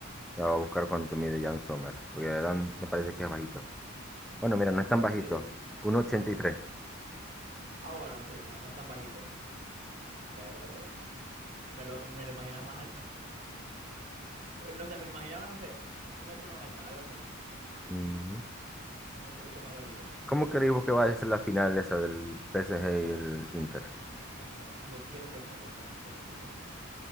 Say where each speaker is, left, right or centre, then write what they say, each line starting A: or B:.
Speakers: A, in the centre; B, on the right.
A: La voy a buscar cuánto mide Jan Sommer. Porque Dan me parece que es bajito. Bueno, mira, no es tan
B: To-
A: bajito.
B: Sí,
A: 1.83.
B: ¿cuánto? Ah, bueno, sí, no, no es tan bajito. Berta, pero me lo, me lo imaginaba más alto. <laughs> No sé, me lo imaginaba, no sé, un metro noventa, algo así,
A: Ujú.
B: un pelito más bajito.
A: ¿Cómo creemos que va a ser la final esa del PSG y el Inter?
B: Chamo, yo quiero que gane el Inter, te lo juro.